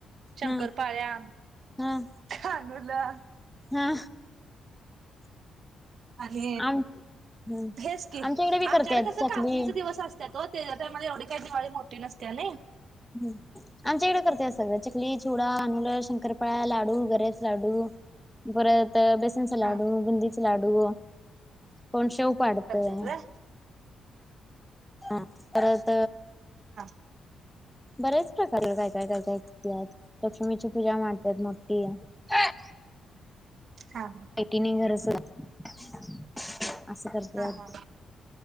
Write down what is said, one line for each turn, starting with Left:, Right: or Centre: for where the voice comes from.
Right: शंकरपाळ्या
Centre: हा हा
Right: हा. ल
Centre: हा
Right: अरे
Centre: आम हम्म
Right: हेच की
Centre: आमच्या इकडे बी
Right: आमच्याकड
Centre: करत्यात
Right: कस
Centre: चकली
Right: कापणीच दिवस असत्यात ओ तुम्हाला एवढी काय दिवाळी मोठी नसत्या नय
Centre: ह आमच्या इकडं करत्यात सगळं चकली, चुडा अनुल, शंकरपाळ्या, लाडू गऱ्याच लाडू परत बेसनच लाडू,
Right: हा
Centre: बुंदीच लाडू कोण शेव पाडतंय
Right: करत्यात व्हय
Centre: हा परत
Right: हा
Centre: बऱ्याच प्रकारे काय, काय, काय, काय करत्यात लक्ष्मीची पूजा मांडत्यात मग मोठी <unintelligible>
Right: हा
Centre: <unintelligible> अस करत्यात
Right: हा हा हा